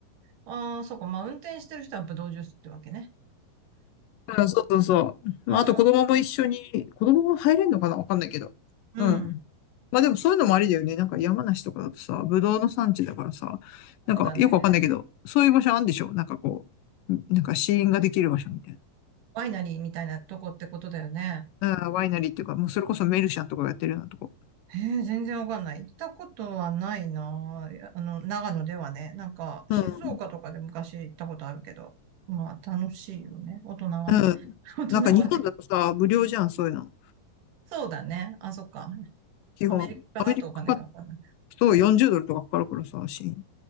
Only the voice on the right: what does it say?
ああ、そうか。まあ運転してる人はブドウジュースってわけね。
うん。
うん。
そうだね。
ワイナリーみたいなとこってことだよね。
へえ、全然わかんない。行ったことはないな。いやあの、長野ではね。なんか、静岡とかで昔行ったことあるけど。
まあ、楽しいよね。大人はね。
<laughs> 大人はね。
そうだね。あ、そっか。
アメリカだとお金かかんない。